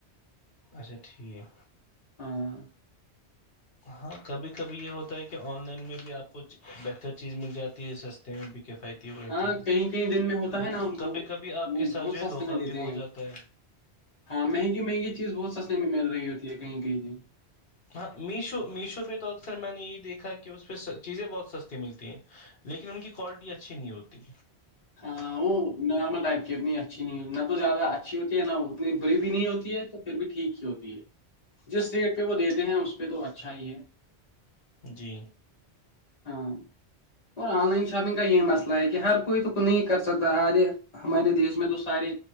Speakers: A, on the left (about 60°); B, on the left (about 35°).
A: اچھا ٹھیک
B: ہاں
A: ہاں کبھی کبھی یہ ہوتا ہے کہ آن لائن میں بھی آپ کو بہتر چیز مل جاتی ہے سستے میں بھی کفیت تی ہے
B: ہاں کہیں کہیں دن میں ہوتا
A: لیکن
B: ہے نا ان
A: کبھی
B: کو
A: کبھی آپ
B: وہ
A: کے ساتھ
B: بہت
A: جو
B: سستے
A: ہے دھوکا
B: میں دیتے
A: بھی ہو
B: ہیں
A: جاتا ہے
B: ہاں مہنگی مہنگی چیز بہت سستے میں مل رہی ہوتی ہے کہیں کہیں ج
A: ہاں میشو میشو پہ تو اکثر میں نے یہ دیکھا کہ اس پہ چیزیں بہت سستی ملتی ہیں لیکن ان کی کوالٹی اچھی نہیں ہوتی
B: ہاں وہ نارمل ٹائپ کی اتنی اچھی نہیں ہوتی نہ تو زیادہ اچھی ہوتی ہے نہ اتنی بری بھی نہیں ہوتی ہے تو پھر بھی ٹھیک ہی ہوتی ہے جس ریٹ پہ وہ دیتے ہیں اس پہ تو اچھا ہی ہے
A: جی
B: ہاں اور آن لائن شاپنگ کا یہی مسئلہ ہے کہ ہر کوئی تو نہیں کر سکتا آدے ہمارے دیش میں تو سارے